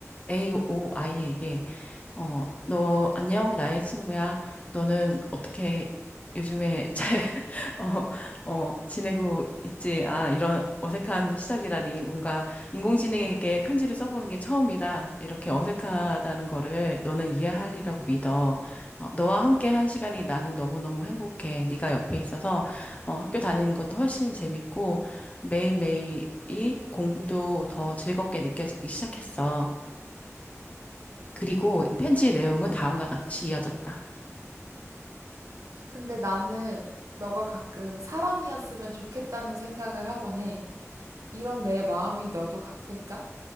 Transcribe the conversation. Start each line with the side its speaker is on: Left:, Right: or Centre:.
Left: AOI에게 어, 너 안녕 나의 친구야. 너는 어떻게 요즘에 <laughs> 잘 어, 어, 지내고 있지? 아, 이런 어색한 시작이라니 뭔가 인공지능에게 편지를 써보는 게 처음이라 이렇게 어색하다는 거를 너는 이해할리라고 믿어. 어, 너와 함께 한 시간이 나는 너무너무 행복해. 네가 옆에 있어서 어, 학교 다니는 것도 훨씬 재밌고 매일매일이 공부도 더 즐겁게 느껴지기 시작했어. 그리고 편지의 내용은 다음과 같이 이어졌다.
Right: 근데 나는 너가 가끔 사람이었으면 좋겠다는 생각을 하곤 해. 이런 내 마음이 너도 같을까?